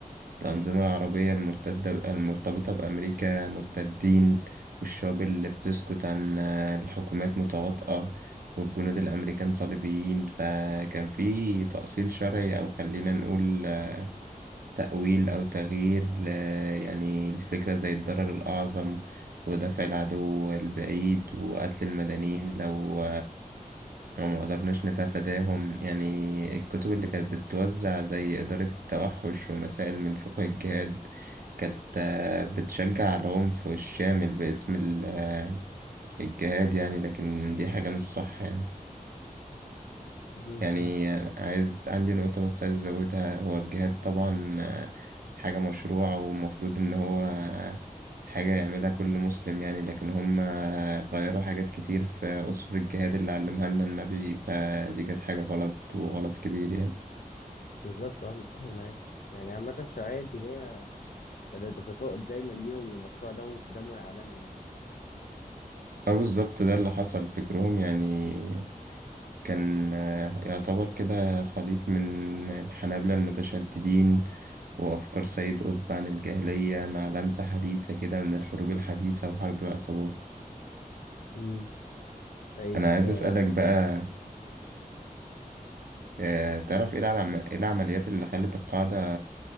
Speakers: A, on the right; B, on the left.
A: الأنظمة العربية المرتدة المرتبطة بأمريكا مرتدين والشعوب اللي بتسكت عن الحكومات متواطئة والجنود الأمريكان صليبيين فكان في تأصيل شرعي أو خلينا نقول تأويل أو تغيير ل- يعني الفكرة زي الضرر الأعظم ودفع العدو البعيد وقتل المدنيين لو لو ما قدرناش نتفاداهم يعني الكتب اللي كانت بتتوزع زي إدارة التوحش ومسائل من فقه الجهاد كانت آه، بتشجع على العنف الشامل باسم ال- آه، الجهاد يعني لكن دي حاجة مش صح يعني
B: مهم،
A: يعني
B: فهمت
A: عايز عندي نقطة بس عايز أزودها هو الجهاد طبعا آه، حاجة مشروعة ومفروض إن هو آه، حاجة يعملها كل مسلم يعني لكن هم آه، غيروا حاجات كتير في أسس الجهاد اللي علمها لنا النبي فدي كانت حاجة غلط وغلط كبير يعني
B: بالظبط أه متفق معاك يعني عامة الشرعية الدينية كانت غطاء دايما ليهم لمشروع دم- دموي عالمي يعني
A: اه بالظبط ده اللي حصل فكرهم يعني كان آه، يعتبر كده خليط من الحنابلة المتشددين وأفكار سيد قطب عن الجاهلية مع لمسة حديثة كده من الحروب الحديثة وحرب العصابات
B: مم. طيب
A: أنا عايز
B: آه،
A: أسألك بقى آه، تعرف إيه العم- إيه العمليات اللي خلت القاعدة